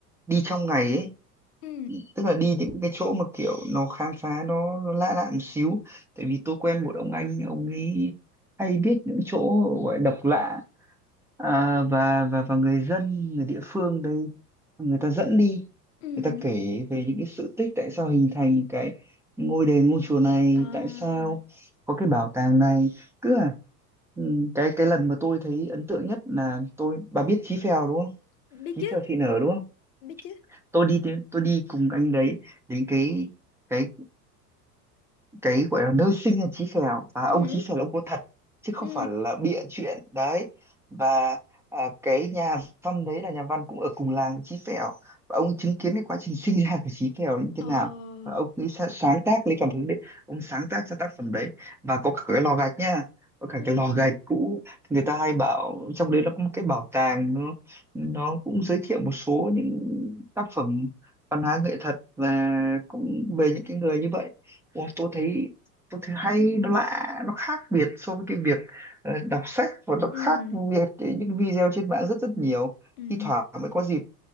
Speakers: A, in the centre; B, on the left (about 40°).
A: đi trong ngày ấy,
B: Ừ.
A: tức là đi những cái chỗ mà kiểu nó khám phá nó, nó lạ lạ một xíu. Tại vì tôi quen một ông anh, ông ấy hay biết những chỗ gọi độc lạ à, và và và người dân người địa phương đây người ta dẫn đi
B: Ừ.
A: người
B: hử.
A: ta kể về những cái sự tích tại sao hình thành cái ngôi đền ngôi chùa này
B: à,
A: tại sao có cái bảo tàng này cứ à ừ, cái cái lần mà tôi thấy ấn tượng nhất là tôi bà biết Chí Phèo đúng không
B: biết
A: Chí
B: chứ
A: Phèo Thị Nở đúng không
B: biết chứ
A: tôi đi đến- tôi đi cùng anh đấy đến cái cái cái gọi là nơi sinh ra Chí Phèo và
B: Ừ.
A: ông
B: hử.
A: Chí Phèo là ông có thật chứ không
B: Ừ.
A: phải là bịa chuyện đấy và à, cái nhà văn đấy là nhà văn cũng ở cùng làng với Chí Phèo và ông chứng kiến cái quá trình sinh ra của Chí Phèo như thế
B: ờ
A: nào và ông ấy sa- sáng tác lấy cảm hứng đấy ông sáng tác ra tác phẩm đấy và có cả cái lò gạch nha có cả
B: Ừ.
A: cái lò gạch cũ người ta hay bảo trong đấy nó có một cái bảo tàng nó nó cũng giới thiệu một số những tác phẩm văn hóa nghệ thuật và cũng về những cái người như vậy Ôi, tôi thấy tôi thấy hay nó lạ nó khác biệt so với cái việc ờ, đọc sách và nó
B: Ừ.
A: khác việc cái- những video trên mạng rất rất nhiều
B: Ừ.
A: thi thoảng mới có dịp